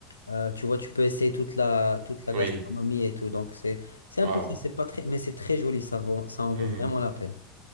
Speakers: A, on the left; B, on the right.
A: euh, tu vois, tu peux essayer toute la, toute la
B: oui.
A: gastronomie et tout. Donc, c'est, c'est un
B: Waouh.
A: peu ça. C'est pas très, mais c'est très joli. Ça vaut, ça en vaut
B: Mhm,
A: vraiment la peine.